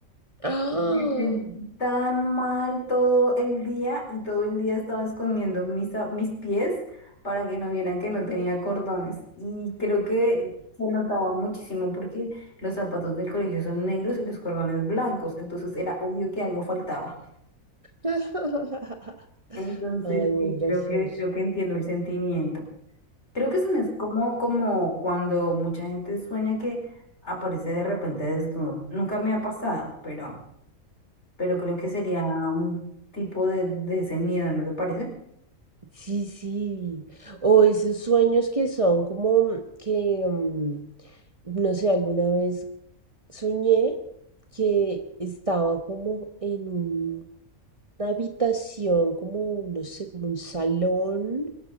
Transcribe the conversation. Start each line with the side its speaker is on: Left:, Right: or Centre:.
Right: ¡Ah!
Left: Me sentí tan mal todo el día y todo el día estaba escondiendo mis, a- mis pies para que no vieran que no tenía cordones. Y creo que se notaba muchísimo porque los zapatos del colegio son negros y los cordones blancos, entonces era obvio que algo faltaba.
Right: <laughs>
Left: Entonces
Right: Ay, muy
Left: sí,
Right: gracioso.
Left: creo que, creo que entiendo el sentimiento. Creo que eso no es como, como cuando mucha gente sueña que aparece de repente desnudo. Nunca me ha pasado, pero... pero creo que sería un tipo de, de ese miedo, ¿no te parece?
Right: Sí, sí. O esos sueños que son como que, mm, no sé, alguna vez soñé que estaba como en un- una habitación, como, no sé, como un salón